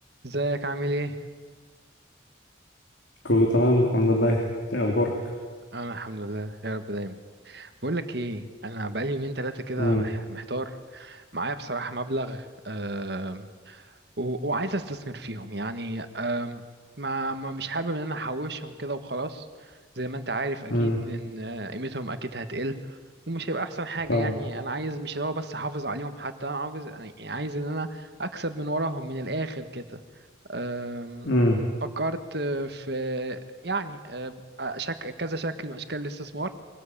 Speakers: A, on the right; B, on the left.
A: ازيك عامل ايه؟
B: كله تمام الحمد لله انت ايه اخبارك
A: انا الحمد لله يا رب دايما بقول لك ايه انا بقالي يومين ثلاثه كده
B: امم
A: مح- محتار معايا بصراحه مبلغ آه، و- وعايز استثمر فيهم يعني أم، ما ما مش حابب ان انا احوشهم كده وخلاص زي ما انت عارف اكيد
B: امم
A: ان آه، قيمتهم اكيد هتقل ومش هيبقى احسن حاجة
B: طبعا
A: يعني انا عايز مش اللي هو بس احافظ عليهم حتى انا عاوز يعني عايز ان انا اكسب من وراهم من الاخر كده أم،
B: امم
A: فكرت آه، في يعني آه، شك كذا شكل من اشكال الاستثمار